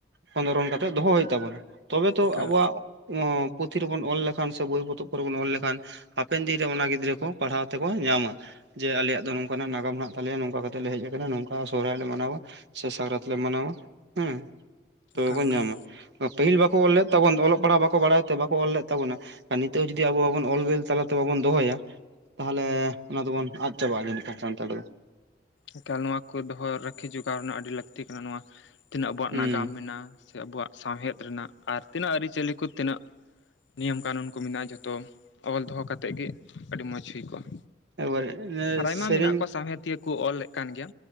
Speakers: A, on the right (about 70°); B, on the left (about 85°).
A: ᱠᱷᱚᱸᱫᱽᱨᱚᱱ ᱠᱟᱛᱮ ᱫᱚᱦᱚ ᱦᱩᱭᱩᱜ ᱛᱟᱵᱚᱱᱟ ᱛᱟᱵᱚᱱᱟ ᱛᱚᱵᱮ ᱛᱚ
B: ᱮᱠᱟᱞ
A: ᱟᱵᱚᱣᱟᱜ ᱯᱩᱛᱷᱤ ᱨᱮᱵᱚᱱ ᱚᱞ ᱞᱮᱠᱷᱟᱱ ᱥᱮ ᱵᱳᱭ ᱯᱚᱛᱚᱵ ᱠᱚᱨᱮ ᱵᱚᱱ ᱚᱞ ᱞᱮᱠᱷᱟᱱ ᱦᱟᱯᱮᱱ ᱫᱤᱱ ᱨᱮ ᱚᱱᱟ ᱜᱤᱫᱽᱨᱟᱹ ᱠᱚ ᱯᱟᱲᱦᱟᱣ ᱛᱮᱠᱚ ᱧᱟᱢᱟ ᱡᱮ ᱟᱞᱮᱭᱟᱜ ᱫᱚ ᱱᱚᱝᱠᱟᱱᱟᱜ ᱱᱟᱜᱟᱢ ᱢᱮᱱᱟᱜ ᱛᱟᱞᱮᱭᱟ ᱱᱚᱝᱠᱟ ᱠᱟᱛᱮ ᱞᱮ ᱦᱮᱡ ᱟᱠᱟᱱᱟ ᱱᱚᱝᱠᱟ ᱥᱚᱨᱦᱟᱭ ᱞᱮ ᱢᱟᱱᱟᱣᱟ ᱥᱮ ᱥᱟᱠᱨᱟᱛ ᱞᱮ ᱢᱟᱱᱟᱣᱟ ᱦᱮᱸ ᱛᱚᱵᱮ
B: ᱚᱱᱠᱟᱱ
A: ᱵᱚᱱ ᱧᱟᱢᱟ ᱯᱟᱹᱦᱤᱞ ᱵᱟᱠᱚ ᱚᱞ ᱞᱮᱫ ᱛᱟᱵᱚᱱ ᱚᱞᱚᱜ ᱯᱟᱲᱦᱟᱜ ᱵᱟᱠᱚ ᱵᱟᱲᱟᱭᱟ ᱛᱮ ᱵᱟᱠᱚ ᱚᱞ ᱞᱮᱫ ᱛᱟᱵᱚᱱᱟ ᱟᱨ ᱱᱤᱛᱚᱜ ᱡᱩᱫᱤ ᱟᱵᱚᱵᱚᱱ ᱚᱞᱵᱤᱞ ᱛᱟᱞᱟᱛᱮ ᱵᱟᱵᱚᱱ ᱫᱚᱦᱚᱭᱟ ᱛᱟᱦᱚᱞᱮ ᱚᱱᱟ ᱫᱚᱵᱚᱱ ᱟᱫ ᱪᱟᱵᱟᱜᱼᱟ ᱡᱟᱹᱱᱤᱡ ᱥᱟᱱᱛᱟᱲᱫᱚ
B: ᱮᱠᱟᱞ ᱱᱚᱣᱟ ᱠᱚ ᱫᱚᱦᱚ ᱨᱟᱹᱠᱷᱤ ᱡᱚᱜᱟᱣ ᱨᱮᱱᱟᱜ ᱟᱹᱰᱤ ᱞᱟᱹᱠᱛᱤ ᱠᱟᱱᱟ ᱱᱚᱣᱟ ᱛᱤᱱᱟᱹᱜ ᱟᱵᱚᱣᱟᱜ
A: ᱦᱩᱸ
B: ᱱᱟᱜᱟᱢ ᱢᱮᱱᱟᱜᱼᱟ ᱥᱮ ᱟᱵᱚᱣᱟᱜ ᱥᱟᱶᱦᱮᱫ ᱨᱮᱱᱟᱜ ᱟᱨ ᱛᱤᱱᱟᱹᱜ ᱟᱹᱨᱤᱪᱟᱹᱞᱤ ᱠᱚ ᱛᱤᱱᱟᱹᱜ ᱱᱤᱭᱚᱢ ᱠᱟᱱᱩᱱ ᱠᱚ ᱢᱮᱱᱟᱜᱼᱟ ᱡᱚᱛᱚ ᱚᱞ ᱫᱚᱦᱚ ᱠᱟᱛᱮᱫ ᱜᱮ ᱟᱹᱰᱤ ᱢᱚᱸᱡᱽ ᱦᱩᱭ ᱠᱚᱜᱼᱟ
A: ᱮᱵᱟᱨ
B: ᱟᱨ ᱟᱭᱢᱟ
A: ᱥᱮᱨᱮᱧ
B: ᱢᱮᱱᱟᱜ ᱠᱚᱣᱟ ᱥᱟᱶᱸᱦᱮᱫᱤᱭᱟᱹ ᱠᱚ ᱚᱞᱮᱫ ᱠᱟᱱ ᱜᱮᱭᱟ